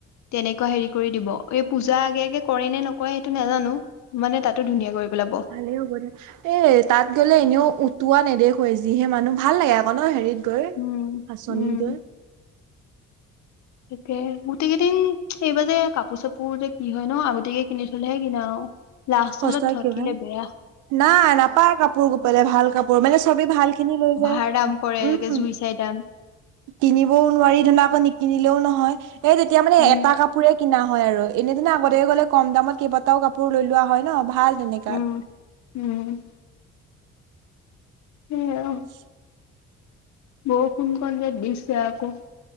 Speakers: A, on the left (about 65°); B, on the right (about 80°).
A: তেনেকুৱা হেৰি কৰি দিব এই পূজা আগে আগে কৰে নে নকৰে টো নাজানো মানে তাতো ধুনীয়া কৰি পেলাব
B: ভালেই হ'ব দে এ তাত গ'লে এনেও উটোৱা নেদেখুৱ যিহে মানুহ ভাল লাগে আকৌ ন হেৰিত গ
A: উম
B: আচনি
A: উম
B: গ
A: তাকে গোটেই কেইদিন এইবাৰ যে কাপোৰ চাপোৰ যে কি হয় ন আগতেকে কিনি থলেহে কিনা আৰু লষ্টলৈত
B: সঁচাকে
A: থাকিলে
B: ভাই
A: বেয়া
B: নাই নাপায় কাপোৰ গপালে ভাল কাপোৰ মানে চবে ভাল খিনি লৈ যায়
A: াৰ দাম কৰেে
B: উম
A: জুই চাই দাম
B: কিনিবও নোৱাৰি ধৰা আকৌ নিকিনিলেও নহয় এই তেতিয়া মানে
A: উম
B: এটা কাপোৰ কাপোৰে কিনা হয় আৰু এনেদিনা আগতে গলে কম দামত কেইবাটাও কাপোৰ লৈ লোৱা হয় ন ভাল তেনেককা
A: উম উম উম অ
B: <inaudible>
A: বৰষুণ কন যে দিছে আকৌ